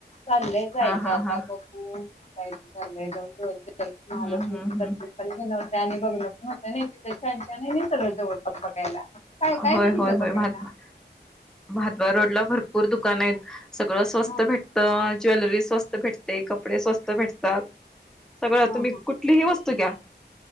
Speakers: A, on the left (about 40°); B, in the centre.
A: चाललंय जायचं
B: हा हा
A: आता
B: हा
A: बगु <unintelligible> महालक्ष्मीचं
B: हम्म हम्म
A: दर्शन
B: हम्म
A: पण घेण होते्या आणि बघण.. नाही ति त्याच्याच्या नाही मी सगळं जवळपास बघायला. काय काय
B: होय
A: ग तिथं
B: होय होय
A: बघायला
B: भात भातवा रोडला भरपूर दुकान आहेत. सगळं स्वस्त
A: हा
B: भेटत ज्वेलरी स्वस्त भेटते कपडे स्वस्त भेटतात. सगळं
A: हा
B: तुम्ही
A: हा
B: कुठलीही वस्तू घ्या.